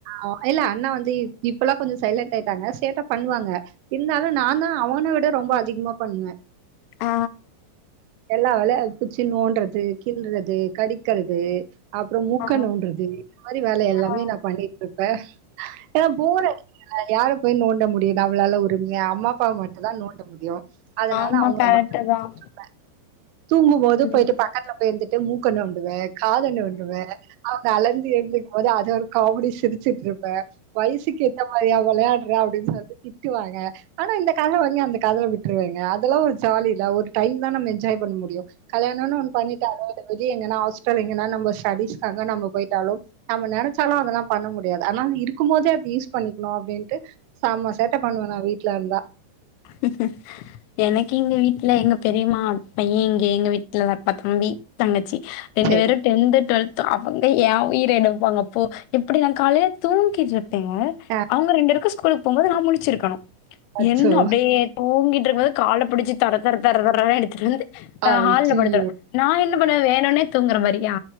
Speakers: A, on the right; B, on the left.
A: ஆ இல்ல அண்ணா வந்து இப்பெல்லா கொஞ்சோ சைலண்ட் ஆயிட்டாங்க சேட்ட பண்ணுவாங்க இருந்தாலு நா தா அவனை விட ரொம்ப அதிகமா பண்ணுவ
B: ஆ
A: எல்லா வேல புட்ச்சி நோன்றது கில்றது கடிக்றது அப்ற மூக்க
B: ஆ.
A: நோன்றது இந்த மாரி வேல எல்லாமே
B: ஆ.
A: நா பண்ணிட்டு இருப்ப ஏன்னா போர் அடி யார போய் நோண்ட முடியு நம்மளால ஒரு எ அம்மா அப்பா மட்டு தா நோண்ட முடியு அதனால
B: ஆமா
A: அவங்க
B: கரெக்ட்டு
A: மட்டுதா
B: தான்.
A: நோண்டுவ தூங்கு போது
B: ம்.
A: போய்ட்டு பக்கத்ல போய் இருந்துட்டு மூக்க நோண்டுவ காத நோண்டுவ அவங்க அலர்ந்து எழுந்துக்கு போது அது ஒரு காமெடி ஸ் சிரிச்சுட்டு இருப்ப வயசுக்கு ஏத்த மாரியா விளாடுற அப்டின் சொல்ட்டு திட்டுவாங்க ஆனா இந்த காதுல‌வாங்கி அந்த காதுல விட்டுருவங்க அதெல்லா ஒரு ஜாலில்ல ஒரு டைம் தா நம்ம என்ஜாய் பண்ண முடியு கல்யாணன் ஒன்னு பண்ணிட்டாளே வெளிய எங்கனா ஹாஸ்டல் எங்கனா நம்ம ஸ்டடிஸ்காக நம்ம போய்ட்டாலு நம்ம நெனச்சாலு அதெல்லா பண்ண முடியாது ஆனா இருக்கு போதே அது யூஸ் பண்ணிக்கணு அப்டின்ட்டு செம சேட்ட பண்ணுவ நா வீட்ல இருந்தா
B: ம்ம் எனக்கு இங்க வீட்ல எங்க பெரிமா பைய இங்க எங்க வீட்லலா தப் தம்பி தங்கச்சி ரெண்டு
A: சரி.
B: பேரு டென்து டுவெல்த்து அவங்க எ உயிர எடுப்பாங்க அப்போ எப்டி நா காலைய தூங்கிட்டு இருப்ப பங்க
A: அ
B: அவங்க ரெண்டு பேருக்கு ஸ்கூலுக்கு போம் போது நா முழிச்சிருக்கணு
A: அச்சோ!
B: என்ன அ ஏ தூங்கிட்டு இருந்தது கால பிடிச்சு தர தர தர தரன் எடுத்துட்டு வந்து நா
A: அய்யய்யோ!
B: ஹால்ல படுத்த நா என்ன பண்ணுவே வேணுன்னே தூங்கற மாரி ஆ